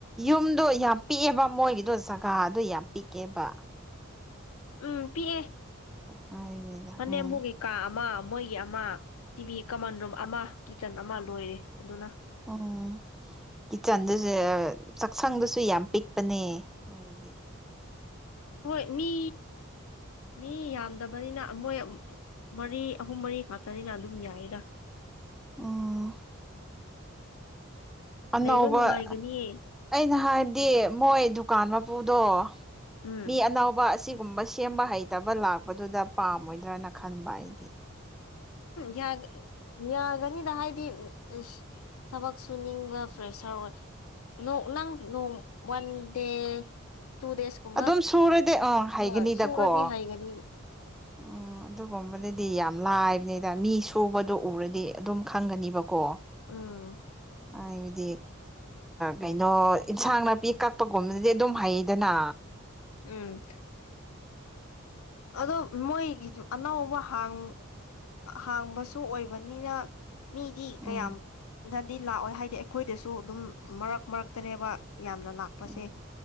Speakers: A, in the centre; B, on the left (about 85°).
A: ꯌꯨꯝꯗꯣ ꯌꯥꯝ ꯄꯤꯛꯑꯦꯕ ꯃꯣꯏꯒꯤꯗꯣ ꯖꯒꯥꯗꯣ ꯌꯥꯝ ꯄꯤꯛꯑꯦꯕ
B: ꯎꯝ ꯄꯤꯛꯑꯦ
A: ꯍꯥꯏꯅꯤꯗ
B: ꯃꯅꯦꯝꯕꯣꯛꯀꯤ
A: ꯎꯝ
B: ꯀꯥ ꯑꯃ ꯃꯣꯏꯒꯤ ꯑꯃ ꯇꯤꯚꯤ ꯀꯃꯟ ꯔꯨꯝ ꯑꯃ ꯀꯤꯠꯆꯟ ꯑꯃ ꯂꯣꯏꯔꯦ ꯑꯗꯨꯅꯧ
A: ꯑꯣ ꯀꯤꯆꯟꯗꯨꯁꯨ ꯑꯥ ꯆꯥꯛꯁꯪꯗꯨꯁꯨ ꯌꯥꯝ ꯄꯤꯛꯄꯅꯦ ꯃꯣꯏꯒꯤꯗꯤ
B: ꯍꯣꯏ ꯃꯤ ꯃꯤ ꯌꯥꯝꯗꯕꯅꯤꯅ ꯃꯣꯏ ꯃꯔꯤ ꯑꯍꯨꯝ ꯃꯔꯤ ꯈꯥꯛꯛꯇꯅꯤꯅ ꯑꯗꯨꯝ ꯌꯥꯏꯌꯦꯗ
A: ꯎꯝ ꯑꯅꯧꯕ
B: ꯂꯩꯕ ꯅꯨꯡꯉꯥꯏꯒꯅꯤꯌꯦ
A: ꯑꯩꯅ ꯍꯥꯏ ꯗꯤ ꯃꯣꯏ ꯗꯨꯀꯥꯟ ꯃꯄꯨꯗꯣ
B: ꯎꯝ
A: ꯃꯤ ꯑꯅꯧꯕ ꯁꯤꯒꯨꯝꯕ ꯁꯦꯝꯕ ꯍꯩꯇꯕ ꯂꯥꯛꯄꯗꯨꯗ ꯄꯥꯝꯃꯣꯏꯗ꯭ꯔꯅ ꯈꯟꯕ ꯑꯩꯗꯤ
B: ꯌꯥꯒ ꯌꯥꯒꯅꯤꯗ ꯍꯥꯏꯗꯤ ꯏꯁ ꯊꯕꯛ ꯁꯨꯅꯤꯡꯕ ꯐ꯭ꯔꯦꯁꯔ ꯑꯣꯏ ꯅꯣꯡ ꯅꯪ ꯅꯣꯡ ꯋꯥꯟ ꯗꯦ ꯇꯨ ꯗꯦꯖꯀꯨꯝꯕ
A: ꯑꯗꯨꯝ ꯁꯨꯔꯗꯤ ꯑꯪ ꯍꯩꯒꯅꯤꯗꯀꯣ
B: ꯍꯣꯏ ꯁꯨꯔꯗꯤ ꯍꯩꯒꯅꯤ
A: ꯎꯝ ꯑꯗꯨꯒꯨꯝꯕꯗꯗꯤ ꯌꯥꯝ ꯂꯥꯏꯕꯅꯤꯗ ꯃꯤ ꯁꯨꯕꯗꯣ ꯎꯔꯗꯤ ꯑꯗꯨꯝ ꯈꯪꯒꯅꯤꯕ ꯀꯣ
B: ꯎꯝ
A: ꯍꯥꯏꯕꯗꯤ ꯀꯩꯅꯣ ꯏꯟꯁꯥꯡ ꯅꯥꯄꯤ ꯀꯛꯄꯒꯨꯝꯕꯗꯗꯤ ꯑꯗꯨꯝ ꯍꯩꯗꯅ
B: ꯎꯝ ꯑꯗꯣ ꯃꯣꯏꯒꯤꯁꯨ ꯑꯅꯧꯕ ꯍꯥꯡ ꯍꯥꯡꯕꯁꯨ ꯑꯣꯏꯕꯅꯤꯅ ꯃꯤꯗꯤ
A: ꯎꯝ
B: ꯀꯌꯥꯝꯅꯗꯤ ꯂꯥꯛꯑꯣꯏ ꯍꯥꯏꯗꯤ ꯑꯩꯈꯣꯏꯗꯁꯨ ꯑꯗꯨꯝ ꯃꯔꯛ ꯃꯔꯛꯇꯅꯦꯕ ꯌꯥꯝꯅ ꯂꯥꯛꯄꯁꯦ
A: ꯎꯝ